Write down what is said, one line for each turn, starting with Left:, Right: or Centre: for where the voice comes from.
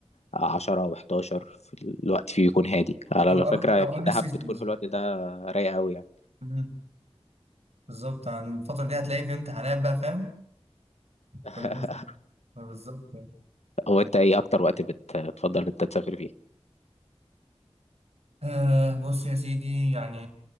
Left: عشرة و11 في الوقت فيه يكون هادي على
Right: أو
Left: فكره
Right: أو
Left: يعني
Right: أو قبل
Left: دهب
Right: السيزون
Left: بتكون
Right: مثلا
Left: في الوقت ده رايقه قوي يعني
Right: مم. بالظبط عن الفترة دي هتلاقي في امتحانات بقى فاهم؟
Left: <laughs>
Right: كل الناس بالظبط
Left: هو انت ايه اكتر وقت بتفضل انت تسافر فيه
Right: أه بص يا سيدي يعني